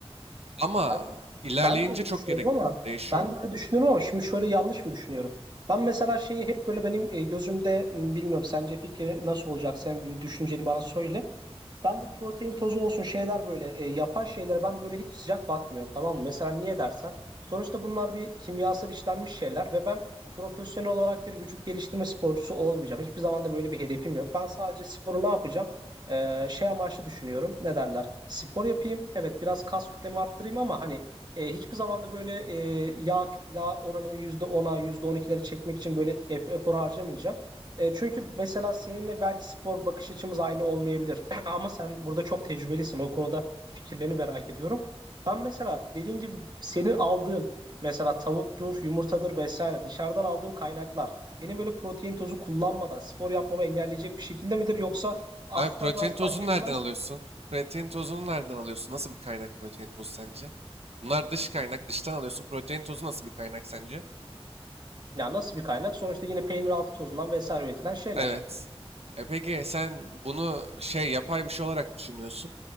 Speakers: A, on the right; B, on the right.
A: Ama
B: Ben,
A: ilerleyince
B: ben de öyle
A: çok
B: düşünüyorum
A: gerekiyor.
B: ama
A: Değişiyor.
B: ben de öyle düşünüyorum ama şimdi şöyle yanlış mı düşünüyorum? Ben mesela şeyi hep böyle benim e, gözümde m, bilmiyorum sence fikri nasıl olacak sen bir bir düşünceni bana söyle. Ben bu protein tozu olsun şeyler böyle e, yapay şeylere ben böyle hiç sıcak bakmıyorum tamam mı? Mesela niye dersen sonuçta bunlar bir kimyasal işlenmiş şeyler ve ben profesyonel olarak bir vücut geliştirme sporcusu olmayacağım. Hiçbir zaman da böyle bir hedefim yok. Ben sadece sporu ne yapacağım? E, şey amaçlı düşünüyorum. Ne derler? Spor yapayım. Evet biraz kas kütlemi arttırayım ama hani e, hiçbir zaman da böyle e, yağ, yağ oranımı %10'a %12'lere çekmek için böyle ef- efor harcamayacağım. E, çünkü mesela seninle belki spor bakış açımız aynı olmayabilir. <clears throat> Ama sen burada çok tecrübelisin. O konuda fikirlerini merak ediyorum. Ben mesela dediğin gibi senin aldığın mesela tavuktur, yumurtadır vesaire dışarıdan aldığım kaynaklar benim böyle protein tozu kullanmadan spor yapmamı engelleyecek bir şekilde midir yoksa asla
A: Abi protein
B: ve asla
A: tozunu
B: yetmez?
A: nereden alıyorsun? Protein tozunu nereden alıyorsun? Nasıl bir kaynak protein tozu sence? Bunlar dış kaynak, dıştan alıyorsun. Protein tozu nasıl bir kaynak sence?
B: Ya nasıl bir kaynak? Sonuçta yine peynir altı tozundan vesaire üretilen şeyler.
A: Evet. E peki sen bunu şey yapay bir şey olarak düşünüyorsun.